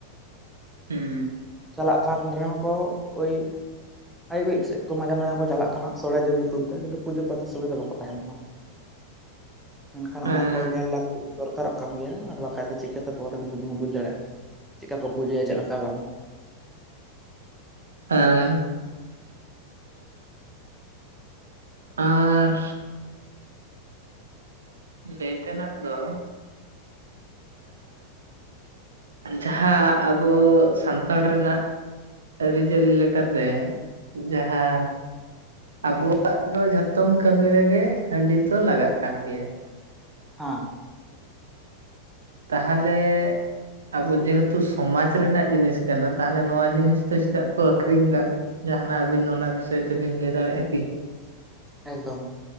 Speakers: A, on the right; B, in the centre.
A: ᱦᱩᱸ
B: ᱪᱟᱞᱟᱜ ᱠᱟᱱ ᱨᱮᱦᱚᱸ ᱠᱚ ᱳᱭ ᱟᱹᱭᱩᱵᱤᱨ ᱥᱮᱫ ᱠᱚ ᱢᱟᱡᱟᱱᱼᱡᱟᱱ ᱠᱚ ᱪᱟᱞᱟᱜ ᱠᱟᱱᱟ ᱥᱚᱲᱡ ᱧᱩᱛᱩᱢ ᱛᱮ ᱠᱤᱱᱛᱩ ᱯᱩᱡᱟᱹ ᱯᱟᱥᱟᱛ ᱥᱩᱢᱚᱭ ᱫᱚ ᱵᱟᱠᱚ ᱛᱟᱦᱮᱱ ᱠᱟᱱᱟ ᱢᱮᱱᱠᱷᱟᱱ
A: ᱦᱮᱸ
B: ᱚᱱᱟ ᱠᱚ ᱧᱮᱞ ᱞᱟᱹᱠᱛᱤ ᱫᱚᱨᱠᱟᱨᱚᱜ ᱠᱟᱱ ᱜᱮᱭᱟ ᱟᱨ ᱵᱟᱠᱷᱟᱡ ᱫᱚ ᱪᱤᱠᱟᱹᱛᱮ ᱯᱚᱨᱮ ᱡᱩᱫᱤ ᱵᱚᱱ ᱵᱩᱡᱽ ᱫᱟᱲᱮᱭᱟᱜᱼᱟ ᱪᱮᱫᱠᱟ ᱠᱚ ᱯᱩᱡᱟᱹᱭᱟ ᱪᱮᱫ ᱞᱮᱠᱟ ᱵᱟᱝ
A: ᱦᱮᱸ ᱟᱨ ᱞᱟᱹᱭ ᱛᱮᱱᱟᱜ ᱫᱚ ᱡᱟᱦᱟᱸ ᱟᱵᱚ ᱥᱟᱱᱛᱟᱲ ᱨᱮᱱᱟᱜ ᱟᱹᱨᱤᱪᱟᱹᱞᱤ ᱞᱮᱠᱟᱛᱮ ᱡᱟᱦᱟᱸ ᱟᱵᱚᱣᱟᱜ ᱫᱚ ᱡᱷᱚᱛᱚᱢ ᱠᱟᱹᱢᱤ ᱨᱮᱜᱮ ᱦᱟᱺᱰᱤ ᱫᱚ ᱞᱟᱜᱟᱜ ᱠᱟᱱ ᱜᱮᱭᱟ
B: ᱦᱮᱸ
A: ᱛᱟᱦᱚᱞᱮ ᱟᱵᱚ ᱡᱮᱦᱮᱛᱩ ᱥᱚᱢᱟᱡ ᱨᱮᱱᱟᱜ ᱡᱤᱱᱤᱥ ᱠᱟᱱᱟ ᱛᱟᱦᱚᱞᱮ ᱱᱚᱣᱟ ᱡᱤᱱᱤᱥ ᱫᱚ ᱪᱮᱫᱟᱜ ᱠᱚ ᱟᱠᱷᱨᱤᱧ ᱫᱟ ᱡᱟᱦᱟᱸᱱᱟᱜ ᱟᱹᱵᱤᱱ ᱚᱱᱟ ᱵᱤᱥᱚᱭ ᱛᱮᱵᱤᱱ ᱞᱟᱹᱭ ᱫᱟᱲᱮᱭᱟᱜᱼᱟ ᱠᱤ?
B: ᱮᱠᱫᱚᱢ